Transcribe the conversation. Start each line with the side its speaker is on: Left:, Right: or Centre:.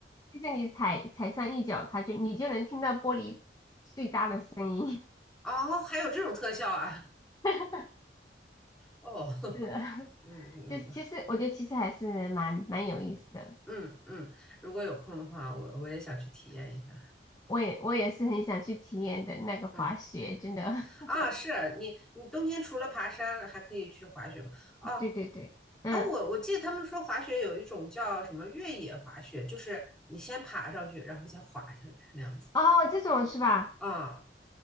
Left: 就是你踩踩上一脚，它就你就能听到玻璃碎渣的声音。
Centre: <laughs> 哦，还有这种特效啊，
Left: <laughs>
Centre: 哦，<laughs>
Left: 是的
Centre: 嗯嗯
Left: 就是其实我觉得其实还是蛮蛮有意思的。
Centre: 嗯嗯，如果有空的话，我我也想去体验一下。
Left: 我也我也是很想去体验的那个滑雪，
Centre: 嗯
Left: 真的。<laughs>
Centre: 啊，是你你冬天除了爬山，还可以去滑雪吗？哦
Left: 对对对，嗯，
Centre: 哦，我我记得他们说滑雪有一种叫什么越野滑雪，就是你先爬上去，然后再滑下来那样子。
Left: 哦，这种是吧？
Centre: 啊